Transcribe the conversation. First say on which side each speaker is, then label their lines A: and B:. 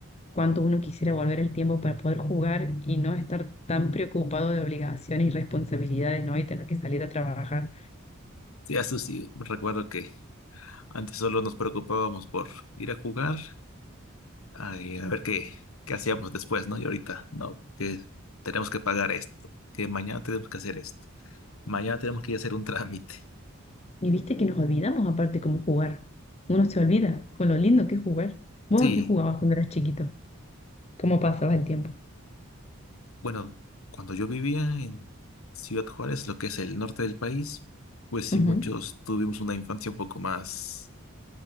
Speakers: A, on the left; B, on the left.
A: cuánto uno quisiera volver el tiempo para poder jugar y no estar tan preocupado de obligaciones y responsabilidades, ¿no? Y tener que salir a trabajar.
B: Sí, a Susi, recuerdo que antes solo nos preocupábamos por ir a jugar, a, a ver qué, qué hacíamos después, ¿no? Y ahorita, no, que tenemos que pagar esto, que mañana tenemos que hacer esto. Mañana tenemos que ir a hacer un trámite.
A: Y viste que nos olvidamos aparte cómo jugar. Uno se olvida con lo lindo que es jugar. ¿Vos
B: Sí,
A: a qué jugabas cuando eras chiquito? ¿Cómo pasabas el tiempo?
B: bueno, cuando yo vivía en Ciudad Juárez, lo que es el norte del país, pues sí,
A: Ujú.
B: muchos tuvimos una infancia un poco más,